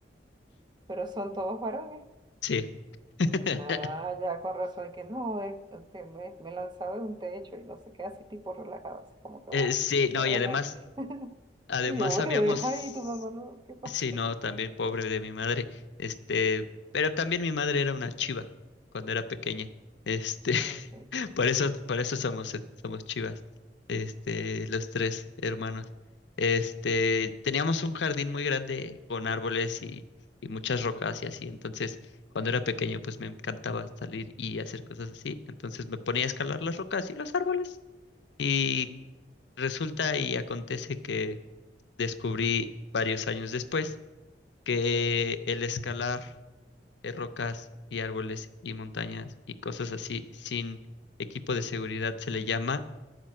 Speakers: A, on the right; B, on the left.
A: Pero son todos varones.
B: Sí, <laughs>
A: Ah, ya, con razón, que no, es, que me, me lanzaba de un techo y no sé qué, así tipo relajado, así como que
B: eh,
A: bueno,
B: sí,
A: tú sabes.
B: no, y además
A: <laughs>
B: Además,
A: Y yo, bueno,
B: habíamos,
A: y, ay, tu mamá, no, ¿qué pasó?
B: sí, no, también pobre de mi madre, este, pero también mi madre era una chiva cuando era pequeña, este, <laughs>
A: Ah, ok,
B: por eso, por eso somos, eh, somos chivas, este, los tres hermanos, este, teníamos un jardín muy grande con árboles y, y muchas rocas y así, entonces, cuando era pequeño, pues me encantaba salir y hacer cosas así, entonces me ponía a escalar las rocas y los árboles y resulta y acontece que descubrí varios años después que el escalar eh, rocas y árboles y montañas y cosas así sin equipo de seguridad se le llama